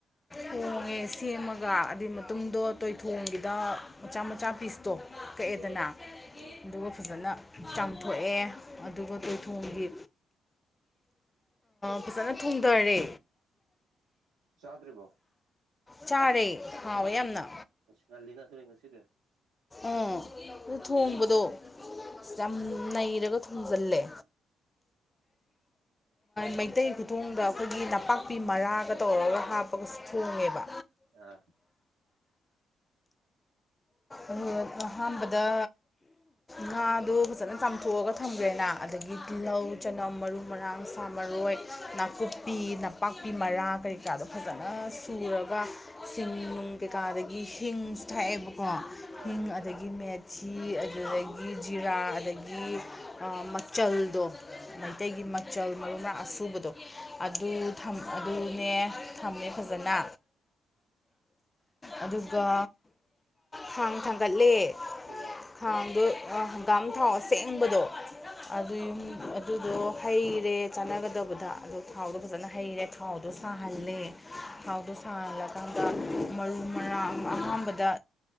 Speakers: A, on the left (about 25°); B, on the right (about 80°).
A: ꯍꯣꯡꯉꯦ ꯁꯦꯝꯃꯒ ꯑꯗꯨꯗꯤ ꯃꯇꯨꯡꯗꯣ ꯇꯣꯏꯊꯣꯡꯒꯤꯗ ꯃꯆꯥ ꯃꯆꯥ ꯄꯤꯁꯇꯣ ꯀꯛꯑꯦꯗꯅ
B: ꯎꯝ ꯎꯝ
A: ꯑꯗꯨꯒ ꯐꯖꯅ ꯆꯥꯝꯊꯣꯛꯑꯦ ꯑꯗꯨꯒ ꯇꯣꯏꯊꯣꯡꯒꯤ ꯐꯖꯅ ꯊꯣꯡꯗꯔꯦ
B: ꯆꯥꯗ꯭ꯔꯤꯕꯣ
A: ꯆꯥꯔꯦ ꯍꯥꯎꯋꯦ ꯌꯥꯝꯅ
B: ꯉꯜꯂꯤꯅ ꯑꯗꯨꯗꯤ ꯉꯁꯤꯗꯤ
A: ꯑꯥ ꯑꯗꯨ ꯊꯣꯡꯕꯗꯣ ꯌꯥꯝ ꯅꯩꯔꯒ ꯊꯣꯡꯖꯤꯜꯂꯦ ꯃꯩꯇꯩ ꯈꯨꯊꯣꯡꯗ ꯑꯩꯈꯣꯏꯒꯤ ꯅꯄꯥꯛꯄꯤ ꯃꯔꯥꯒ ꯇꯧꯔꯒ ꯍꯥꯞꯄꯒꯁꯨ ꯊꯣꯡꯉꯦꯕ
B: ꯑꯥ
A: ꯑꯗꯨꯒ ꯑꯍꯥꯟꯕꯗ ꯉꯥꯗꯨ ꯐꯖꯅ ꯆꯥꯝꯊꯣꯛꯑꯒ ꯊꯝꯈ꯭ꯔꯦꯅ ꯑꯗꯒꯤ ꯇꯤꯜꯍꯧ ꯆꯅꯝ ꯃꯔꯨ ꯃꯔꯥꯡ ꯁꯥ ꯃꯔꯣꯏ ꯅꯥꯀꯨꯞꯄꯤ ꯄꯄꯥꯛꯄꯤ ꯃꯔꯥ ꯀꯔꯤ ꯀꯔꯥꯗꯣ ꯐꯖꯅ ꯁꯨꯔꯒ ꯆꯤꯡ ꯅꯨꯡ ꯀꯩꯀꯥ ꯑꯗꯒꯤ ꯍꯤꯡ ꯊꯥꯛꯑꯦꯕꯀꯣ
B: ꯑꯥ
A: ꯍꯤꯡ ꯑꯗꯒꯤ ꯃꯦꯠ ꯊꯤ ꯑꯗꯨꯗꯒꯤ ꯖꯤꯔꯥ ꯑꯗꯒꯤ ꯃꯆꯜꯗꯣ ꯃꯩꯇꯩꯒꯤ ꯃꯆꯜ ꯃꯔꯨ ꯃꯔꯥꯡ ꯑꯁꯨꯨꯕꯗꯣ ꯑꯗꯨ ꯑꯗꯨꯅꯦ ꯊꯝꯃꯦ ꯐꯖꯅ ꯑꯗꯨꯒ ꯈꯥꯡ ꯊꯥꯡꯒꯠꯂꯦ
B: ꯎꯝ
A: ꯈꯥꯡꯗꯣ ꯍꯪꯒꯥꯝ ꯊꯥꯎ ꯑꯁꯦꯡꯕꯗꯣ ꯑꯗꯨ ꯑꯗꯨꯗꯣ ꯍꯩꯔꯦ ꯆꯥꯟꯅꯒꯗꯕꯗ ꯑꯗꯣ ꯊꯥꯎꯗꯣ ꯐꯖꯅ ꯍꯩꯔꯦ ꯊꯥꯎꯗꯣ ꯁꯥꯍꯜꯂꯦ ꯊꯥꯎꯗꯣ ꯁꯥꯍꯜꯂꯀꯥꯟꯗ ꯃꯔꯨ ꯃꯔꯥꯡ ꯑꯍꯥꯟꯕꯗ